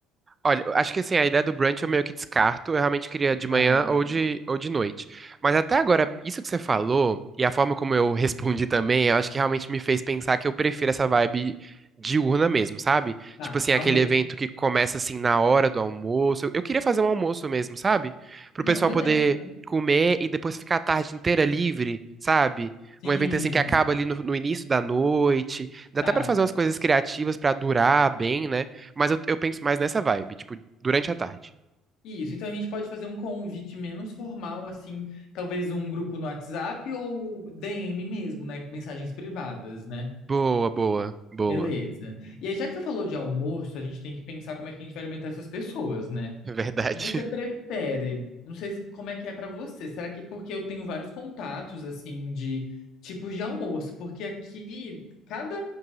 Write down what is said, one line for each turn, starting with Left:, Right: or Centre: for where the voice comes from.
Right: Olha, acho que assim, a ideia do brunch eu meio que descarto. Eu realmente queria de manhã
Left: Tá,
Right: ou de, ou de noite. Mas até agora, isso que você falou e a forma como eu <laughs> respondi também, eu acho que realmente me fez pensar que eu prefiro essa vibe diurna mesmo, sabe?
Left: tá,
Right: Tipo assim,
Left: almoço.
Right: aquele evento que começa assim na hora do almoço. Eu queria fazer um almoço mesmo, sabe? Pro
Left: Não,
Right: pessoal
Left: beleza.
Right: poder comer e depois ficar a tarde inteira livre, sabe?
Left: Sim,
Right: Um evento assim que acaba ali no, no início da noite. Dá
Left: tá.
Right: até pra fazer umas coisas criativas pra durar bem, né? Mas eu, eu penso mais nessa vibe, tipo, durante a tarde.
Left: Isso, então a gente pode fazer um convite menos formal, assim, talvez um grupo no WhatsApp ou DM mesmo, né? Mensagens privadas, né?
Right: Boa, boa, boa.
Left: Beleza. E aí, já que você falou de almoço, a gente tem que pensar como é que a gente vai alimentar essas pessoas, né?
Right: É Verdade.
Left: Você prefere,
Right: <laughs>
Left: não sei se- como é que é pra você, será que porque eu tenho vários contatos, assim, de tipos de almoço, porque aqui, cada